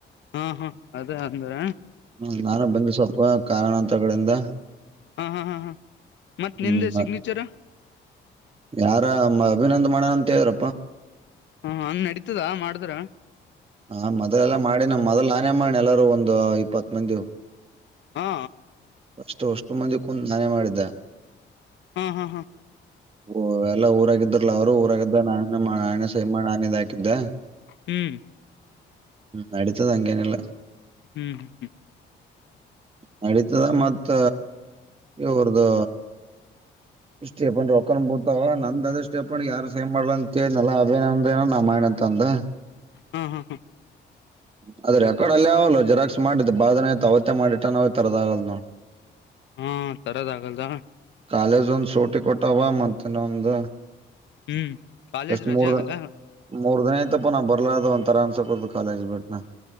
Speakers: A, on the left (about 65°); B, on the right (about 30°).
A: ಹಾ ಹಾ ಅದ ಅಂದ್ರ
B: ಹ್ಮ ನಾನು ಬಂದೆ ಸ್ವಲ್ಪ ಕಾರಣಾಂತರಗಳಿಂದ.
A: ಹಾ ಹಾ ಹಾ ಹಾ ಮತ್
B: ಹ್ಮ್
A: ನಿಂದೆ
B: ಮತ್
A: ಸಿಗ್ನೇಚರ್
B: ಯಾರಾ ಮ ಅಭಿನಂದ ಮಾಡಣಂತ ಹೇಳ್ರ
A: ಹ ಹಂಗ್ ನಡೀತದ ಮಾಡದ್ರ.
B: ಹ ಮೊದಲೆಲ್ಲಾ ಮಾಡಿನ ಮೊದಲ್ ನಾನೇ ಮಾಡಿ ಎಲ್ಲಾರೂ ಒಂದ ಇಪ್ಪತ್ ಮಂದಿ.
A: ಹಾ
B: ಅಷ್ಟು ಅಷ್ಟು ಮಂದಿ ಕುಂದ ನಾನೇ ಮಾಡಿದ್ದೆ.
A: ಹ್ಮ್ ಹ್ಮ್ ಹ್ಮ್
B: ಓ ಎಲ್ಲ ಊರಾಗಿದ್ರಲ್ಲ ಅವ್ರು ಊರಾಗಿದ್ದ ನಾನ ಮಾ ನಾನೆ ಸೈ ಮಾಡ್ ನಾನೆ ಇದ ಹಾಕಿದ್ದ.
A: ಹ್ಮ್
B: ನಡೀತದ ಹಂಗೇನಿಲ್ಲ.
A: ಹ್ಮ್ ಹ್ಮ್
B: ನಡೀತದ ಮತ್ತ ಇವ್ರ್ದು ಸ್ಟಿಪೆಂಡ್ ರೊಕ್ಕನು ಬಿಳತಾವ್ ನಂದ ಅದಿಷ್ಟ. ಸ್ಟೆಪಾಂಡಗ ಯಾರು ಸೈ ಮಾಡಲ್ ಅಂತ ಹೇಳಿದ್ನಲ ಅಭಿನಂದನ ನಾ ಮಾಡಿನಿ ಅಂತ ಅಂದಾ.
A: ಹ್ಮ್ ಹ್ಮ್ ಹ್ಮ್
B: <inaudible> ಅದರ್ ರೆಕಾರ್ಡ್ ಅಲ್ಲೆ ಅವಲ್ಲೊ ಜೆರಾಕ್ಸ್ ಮಾಡಿದ್ದ ಬಾಳ ದಿನ ಐತ್ ಅವತ್ತೆ ಮಾಡಿಟ್ಟನ ಹೋಗ್ ತರದ ಆಗಲ್ಲದ ನೋಡ್.
A: ಹ್ಮ ತರದ ಆಗಲ್ದ.
B: ಕಾಲೇಜ್ ಒಂದ್ ಸೂಟಿ ಕೊಟ್ಟವ ಮತ್ತ ಹಿನೋಂದ.
A: ಹ್ಮ್ ಕಾಲೇಜ್
B: ಎಷ್ಟ್
A: ರಜೆ
B: ಮೂರ್
A: ಆಗಲ್ಲ
B: ದ ಮೂರ್ ದಿನ ಆಯಿತಪ್ಪ ನಾ ಬರ್ಲಾರ್ದ ಒಂಥರ ಅನ್ಸಕತದ ಕಾಲೇಜ್ ಬಿಟ್ನಾ.